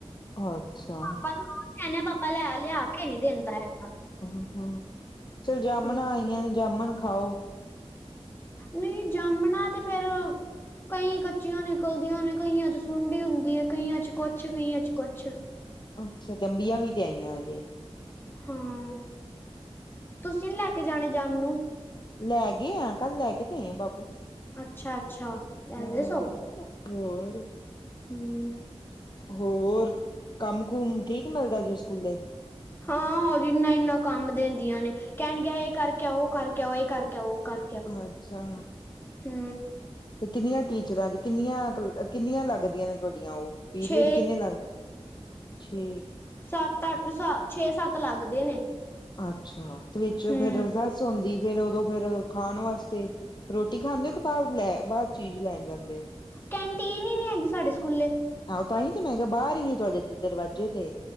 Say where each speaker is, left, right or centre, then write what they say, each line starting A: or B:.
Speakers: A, on the left; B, on the left.
A: ਅੱਛਾ।
B: ਪਾਪਾ ਨੂੰ, ਕਹਿੰਨੇ ਪਾਪਾ ਲੈ-ਲਿਆ ਕੇ ਨੀਂ ਦਿੰਦਾ ਹੈਗਾ।
A: ਹੂੰ-ਹੂੰ, ਚਲ ਜਾਮਣਾ
B: ਹਮ
A: ਆਈਆਂ ਨੇ ਜਾਮਣ ਖਾਓ।
B: ਨਈਂ ਜਾਮਣਾ ਤੇ ਫੇਰ ਕਈ ਕੱਚੀਆਂ ਨਿਕਲਦੀਆਂ ਨੇ, ਕਈਆਂ ਚ ਸੁੰਡੀ ਹੁੰਦੀ ਐ, ਕਈਆਂ ਚ' ਕੁੱਛ, ਕਈਆਂ ਚ' ਕੁੱਛ।
A: ਅੱਛਾ, ਤੇ ਅੰਬੀਆਂ ਵੀ ਤੇ ਆਈਆਂ ਹਜੇ।
B: ਹਾਂ, ਤੁਸੀਂ ਨੀ ਲੈ ਕੇ ਜਾਣੇ ਜਾਮਨੂੰ?
A: ਲੈ ਗਏ ਆ ਕੱਲ ਲੈ ਕੇ ਤੇ ਆਏ ਆ ਬਾਬੂ।
B: ਅੱਛਾ-ਅੱਛਾ, ਲੈ
A: ਹਾਂ
B: ਗਏ ਸੌ।
A: ਹੋਰ।
B: ਹੂੰ।
A: ਹੋਰ, ਕੰਮ-ਕੁਮ ਠੀਕ ਮਿਲਦਾ ਜੇ ਸਕੂਲੇ?
B: ਹਾਂ ਉਹ ਇੰਨਾ-ਇੰਨਾ ਕੰਮ ਦਿੰਦੀਆਂ ਨੇ, ਕਹਿਣਗੀਆ ਇਹ ਕਰਕੇ ਆਓ, ਉਹ ਕਰਕੇ ਆਓ, ਇਹ ਕਰਕੇ ਆ-ਉਹ ਕਰ
A: ਅੱਛਾ।
B: ਹੂੰ।
A: ਤੇ ਕਿੰਨੀਆਂ ਟੀਚਰਾਂ ਜੀ ਕਿੰਨੀਆਂ, ਕਿੰਨੀਆਂ ਲੱਗਦੀਆਂ ਨੇ ਤੁਹਾਡੀਆਂ ਓ। ਪੀਰੀਅਡ
B: ਛੇ
A: ਕਿੰਨੇ ਲਗ, ਛੇ।
B: ਸੱਤ-ਅੱਠ ਸਾ, ਛੇ-ਸੱਤ ਲੱਗਦੇ ਨੇ।
A: ਅੱਛਾ, ਤੇ ਵਿੱਚ
B: ਹੂੰ
A: ਫੇਰ ਰਸੈਸ ਹੁੰਦੀ ਫੇਰ ਉਦੋਂ ਫੇਰ ਖਾਣ ਵਾਸਤੇ, ਰੋਟੀ ਖਾਂਦੇ ਓ ਕਿ ਬਾਹਰ ਲੈ, ਬਾਹਰ ਚੀਜ਼ ਲੈਣ ਜਾਂਦੇ ਓ?
B: ਕੈਂਟੀਨ ਈ ਨੀਂ ਹੈਗੀ ਸਾਡੇ ਸਕੂਲੇ।
A: ਆਹੋ ਤਾਂਈ ਤੇ ਮੈਂ ਕਿਹਾ ਬਾਹਰ ਈ, ਤੁਹਾਡੇ ਦ-ਦਰਵਾਜ਼ੇ ਤੇ,